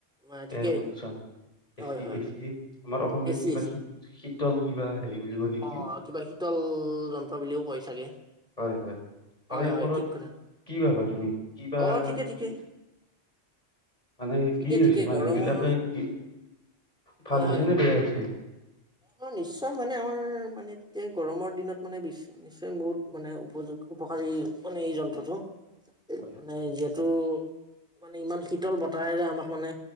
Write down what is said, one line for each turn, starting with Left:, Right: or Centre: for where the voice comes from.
Centre: মানে ঠিকেই
Left: এয়াৰ কণ্ডিচন এচি
Centre: হয় হয়
Left: এচি।
Centre: হয়
Left: আমাৰ অসমীয়াত
Centre: এচি
Left: কিবা
Centre: এচি
Left: শী শীতল কিবা হেৰি বুলি কৈ নেকি,
Centre: অ কিবা শীতল যন্ত্ৰ বুলিও কয় চাগে
Left: হয় হয়,
Centre: হয়
Left: তাৰে
Centre: হয়
Left: ওপৰত
Centre: ঠিক কথা
Left: কি ভাবা। উম। কিবা
Centre: অ ঠিকে ঠিকে
Left: কি। মানে
Centre: ঠিকে
Left: কি হৈছে
Centre: ঠিকে
Left: মানুহ
Centre: গৰমৰ
Left: বিলাকে কি, ভাল
Centre: হয়
Left: হৈছে
Centre: হয়
Left: নে বেয়া হৈছে।
Centre: অ' নিশ্চয় মানে আমাৰ মানে তেতিয়া গৰমৰ দিনত মানে নিশ্চয় বহুত মানে উপযোগ উপকাৰী মানে এই যন্ত্ৰটো।
Left: হয়
Centre: মানে যেত। টো মানে শীতল বতাহেৰে আমাক মানে